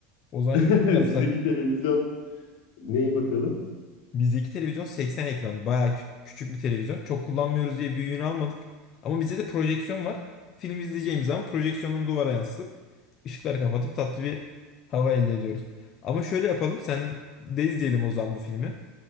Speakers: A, on the left (about 45°); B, on the left (about 70°).
A: O zaman
B: <laughs>
A: şöyle yapsak.
B: Sizdeki televizyon Neyi bakalım?
A: Bizdeki televizyon 80 ekran. Bayağı kü- küçük bir televizyon. Çok kullanmıyoruz diye büyüğünü almadık. Ama bizde de projeksiyon var. Film izleyeceğimiz zaman projeksiyonun duvara yansıtıp ışıkları kapatıp tatlı bir hava elde ediyoruz. Ama şöyle yapalım. Sen de izleyelim o zaman bu filmi.